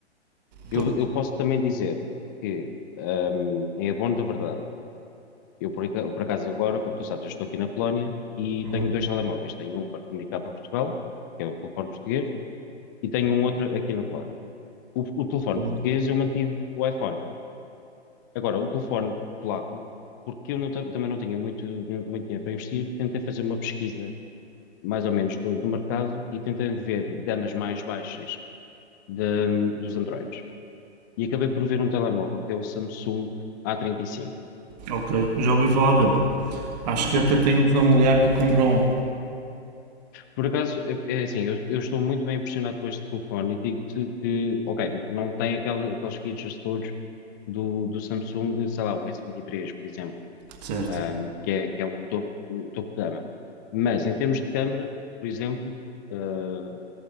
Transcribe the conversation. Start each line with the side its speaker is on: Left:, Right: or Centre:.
Left: Eu,
Right: Tô-
Left: eu posso também dizer que, ahm, em abono da verdade, eu por, aca- por acaso agora, como tu sabes, eu estou aqui na Polónia e
Right: uhum.
Left: tenho dois telemóveis. Tenho um para comunicar para Portugal, que é o telefone português, e tenho um outro aqui na Polónia. O, o telefone
Right: Bom,
Left: português eu mantive o iPhone. Agora, o telefone polaco, porque eu não ta- também não tinha muito, muito dinheiro para investir, tentei fazer uma pesquisa mais ou menos do, do mercado e tentei ver gamas mais baixas de- dos Androids. E acabei por ver um telemóvel que é o Samsung A35.
Right: Ok, já ouvi falar dele. Acho que até tenho um familiar que comprou um.
Left: Por acaso, é é assim, eu, eu estou muito bem impressionado com este telefone e digo-te que, ok, não tem aquela, aqueles features todos do, do Samsung, sei lá, o S23, por exemplo,
Right: Certo.
Left: ahm, que é, que é o topo, o topo de gama. Mas em termos de câmara, por exemplo, ah,